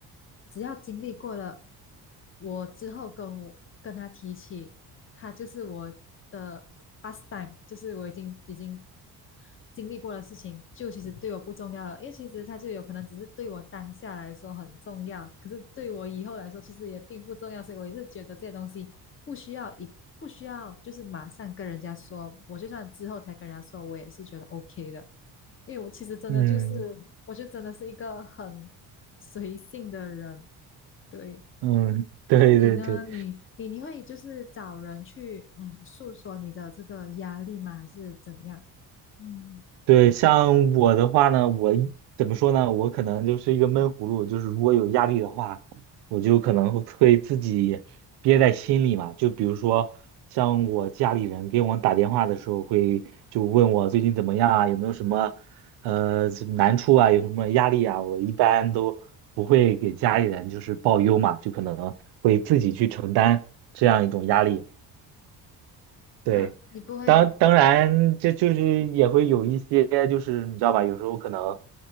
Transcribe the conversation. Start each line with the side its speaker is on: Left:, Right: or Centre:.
Left: 只要经历过了，我之后跟我跟他提起，他就是我的 pastime，就是我已经已经。经历过的事情，就其实对我不重要了，因为其实它就有可能只是对我当下来说很重要，可是对我以后来说其实也并不重要，所以我也是觉得这些东西不需要一不需要就是马上跟人家说，我就算之后才跟人家说，我也是觉得 OK 的，因为我其实真的就是，
Right: 嗯
Left: 我就真的是一个很随性的人，对。
Right: 嗯，对对对。
Left: 那你呢？你你你会就是找人去嗯诉说你的这个压力吗？还是怎样？嗯。
Right: 对，像我的话呢，我一怎么说呢？我可能就是一个闷葫芦，就是如果有压力的话，我就可能会自己憋在心里嘛。就比如说，像我家里人给我打电话的时候，会就问我最近怎么样啊，有没有什么呃难处啊，有什么压力啊，我一般都不会给家里人就是报忧嘛，就可能会自己去承担这样一种压力。对，
Left: 那你不会，
Right: 当当然，
Left: 嗯
Right: 这就是也会有一些，就是你知道吧，有时候可能，